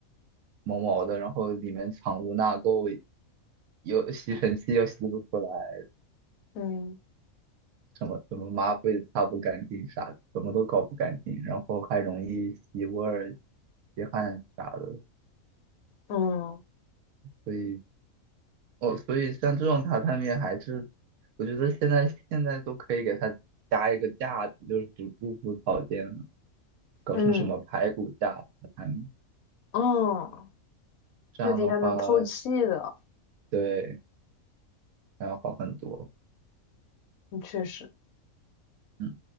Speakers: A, on the right; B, on the left.
A: 毛毛的，然后里面藏污纳垢，又吸尘器又吸不出来。
B: 嗯
A: 什么怎么抹布也擦不干净啥的，怎么都搞不干净，然后还容易吸味儿、吸汗啥的，
B: 嗯
A: 所以哦，所以像这种榻榻米还是，我觉得现在现在都可以给它加一个架子，就是只不铺草垫，搞成什么排骨架榻榻米，
B: 嗯嗯，
A: 这样的话
B: 就底下能透气的，
A: 对，那要好很多。
B: 嗯确实。
A: 嗯。